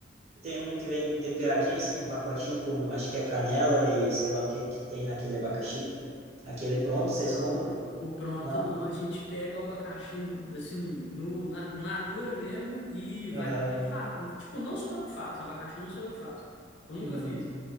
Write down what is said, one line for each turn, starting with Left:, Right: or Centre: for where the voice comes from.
Right: Tem um que vem temperadinho assim, um pacotinho com acho que é canela e sei lá o que que tem naquele abacaxi. Aquele pronto, vocês
Left: Não,
Right: compram?
Left: mano. O pronto
Right: Não?
Left: não. A gente pega o abacaxi, assim, no, na natura mesmo e vai.
Right: Aham.
Left: E fa... Tipo, não sou eu que faço. Abacaxi não sou eu que faço. Eu nunca
Right: Uhum.
Left: fiz.